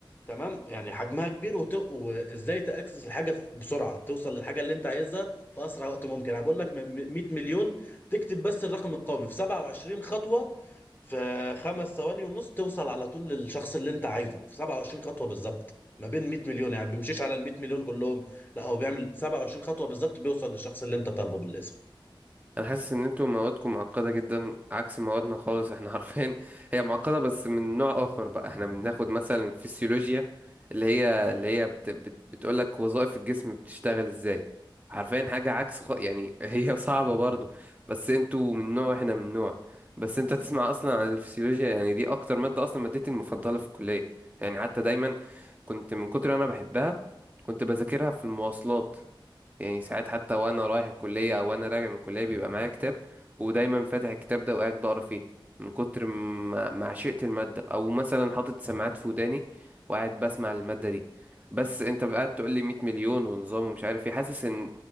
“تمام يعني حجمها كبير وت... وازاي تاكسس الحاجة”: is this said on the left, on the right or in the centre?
Left